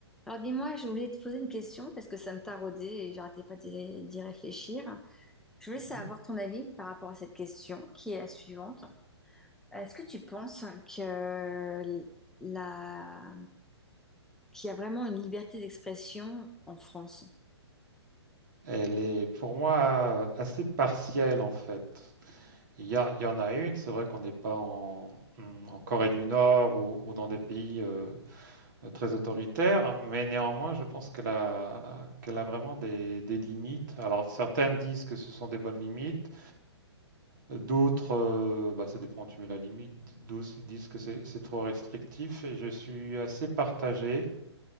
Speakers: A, in the centre; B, on the right.
A: Alors dis-moi, je voulais te poser une question parce que ça me taraudait et j'arrêtais pas d'y d'y réfléchir. Je voulais
B: Mhm.
A: savoir ton avis par rapport à cette question qui est la suivante. Est-ce que tu penses que la... qu'il y a vraiment une liberté d'expression en France?
B: Elle est pour moi assez partielle en fait. Il y a- il y en a une, c'est vrai qu'on n'est pas en, hmm, en Corée du Nord ou, ou dans des pays euh, très autoritaires, mais néanmoins je pense qu'elle a, qu'elle a vraiment des, des limites. Alors certaines disent que ce sont des bonnes limites, d'autres, euh, bah, ça dépend où tu mets la limite, d'autres disent que c'est c'est trop restrictif et je suis assez partagé.